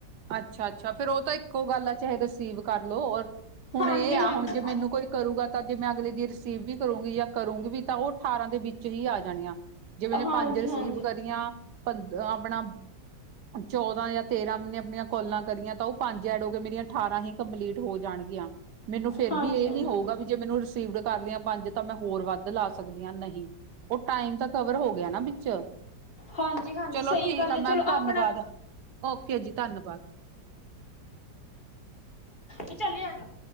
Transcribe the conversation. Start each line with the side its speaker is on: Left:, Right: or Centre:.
Right: ਅੱਛਾ-ਅੱਛਾ, ਫਿਰ ਉਹ ਤਾਂ ਇੱਕੋ ਗੱਲ ਆ ਚਾਹੇ ਰਿਸੀਵ ਕਰ ਲੋ ਔਰ ਹੁਣ
Left: ਹਾਂਜੀ-ਹਾਂਜੀ,
Right: ਇਹ ਆ ਹੁਣ ਜੇ ਮੈਨੂੰ ਕੋਈ ਕਰੂਗਾ ਤਾਂ ਜੇ ਮੈਂ ਅਗਲੇ ਦੀ ਰਿਸੀਵ ਵੀ ਕਰੂੰਗੀ ਜਾਂ ਕਰੂੰਗੀ ਵੀ ਤਾਂ ਉਹ ਅਠਾਰਾਂ ਦੇ ਵਿੱਚ ਹੀ ਆ ਜਾਣੀਆਂ ਜਿਵੇਂ ਮੈਂ
Left: ਹਾਂਜੀ-ਹਾਂਜੀ,
Right: ਪੰਜ ਰਿਸੀਵ ਕਰੀਆਂ ਪੰਦ ਆਪਣਾ ਚੌਦਾਂ ਜਾਂ ਤੇਰਾਂ ਮੈ ਜੇ ਆਪਣੀਆਂ ਕੋਲਾਂ ਕਰੀਆਂ ਤਾਂ ਉਹ ਪੰਜ ਐਡ ਹੋ ਕੇ ਮੇਰੀਆਂ ਅਠਾਰਾਂ ਹੀ ਕੰਪਲੀਟ ਹੋ ਜਾਣਗੀਆਂ। ਮੈਨੂੰ ਫਿਰ
Left: ਹਾਂਜੀ-ਹਾਂਜੀ।
Right: ਵੀ ਇਹ ਨੀ ਹੋਊਗਾ ਵੀ ਜੇ ਮੈਨੂੰ ਰਿਸੀਵਡ ਕਰ ਲਿਆ ਪੰਜ ਤਾਂ ਮੈਂ ਹੋਰ ਵੱਧ ਲਾ ਸਕਦੀ ਹਾਂ, ਨਹੀਂ। ਉ ਟਾਈਮ ਤਾਂ ਕਵਰ ਹੋ ਗਿਆ ਨਾ ਵਿੱਚ।
Left: ਹਾਂਜੀ-ਹਾਂਜੀ,
Right: ਚਲੋ
Left: ਸਹੀ
Right: ਠੀਕ
Left: ਗੱਲ
Right: ਆ
Left: ਹੈ
Right: ਮੈਮ
Left: ਚਲੋ ਆਪ
Right: ਧੰਨਵਾਦ, ਓਕੇ ਜੀ ਧੰਨਵਾਦ।
Left: ਏ ਚੱਲੇ ਏ ਆਜਾ।